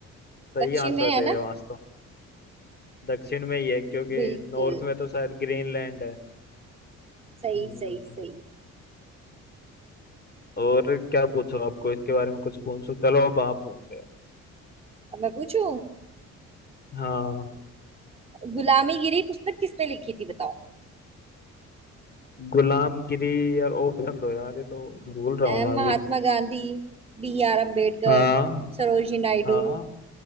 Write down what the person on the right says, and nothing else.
दक्षिण
में है
ना
बिल्कुल
सही
सही सही
अब मैं पूछू
गुलामीगिरी पुस्तक किसने लिखी थी बताओ
अ,
महात्मा
गांधी बी आर अम्बेडकर
सरोजिनी नायडू